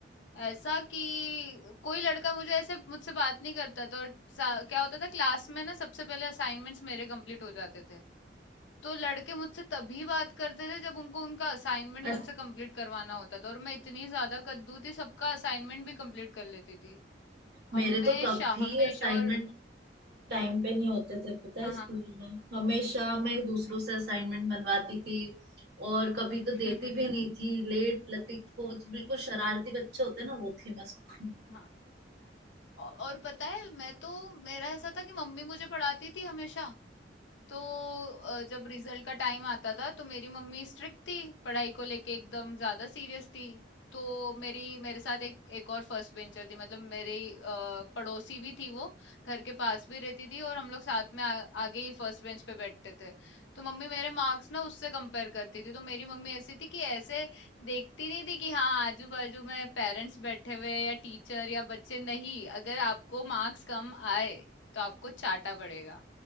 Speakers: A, on the left (about 85°); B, on the right (about 65°).
A: ऐसा कि कोई लड़का मुझे ऐसे मुझसे बात नहीं करता था और सा- क्या होता था क्लास में ना सबसे पहले असाइनमेंट्स मेरे कंप्लीट हो जाते थे तो लड़के मुझसे तभी बात करते थे जब उनको उनका असाइनमेंट
B: अस,
A: मुझसे कंप्लीट करवाना होता था और मैं इतनी ज्यादा कद्दू थी सबका असाइनमेंट भी कंप्लीट कर लेती थी हमेशा
B: मेरे तो कभी
A: हमेशा
B: असाइनमेंट
A: और
B: टाइम पे नहीं होते थे पता है
A: हाँ
B: स्कूल
A: हाँ
B: में हमेशा मैं दूसरों से असाइनमेंट बनवाती थी और कभी तो
A: <laughs>
B: देती भी नहीं थी लेट लतीफ को जो बिल्कुल शरारती बच्चे होते हैं ना वो थी मैं स्कूल
A: हाँ औ- और पता है मैं तो मेरा ऐसा था कि मम्मी मुझे पढ़ाती थी हमेशा तो अ, जब रिजल्ट का टाइम आता था तो मेरी मम्मी स्ट्रिक्ट थी पढ़ाई को लेके एकदम ज्यादा सीरियस थी तो मेरी मेरे साथ एक एक और फर्स्ट बेंचर थी मतलब मेरी अ, पड़ोसी भी थी वो घर के पास भी रहती थी और हम लोग साथ में आ, आगे ही फर्स्ट बेंच पे बैठते थे तो मम्मी मेरे मार्क्स ना उससे कंपेयर करती थी तो मेरी मम्मी ऐसी थी कि ऐसे देखती नहीं थी कि हाँ आजू बाजू में पेरेंट्स बैठे हुए हैं या टीचर या बच्चे नहीं अगर आपको मार्क्स कम आए तो आपको चाटा पड़ेगा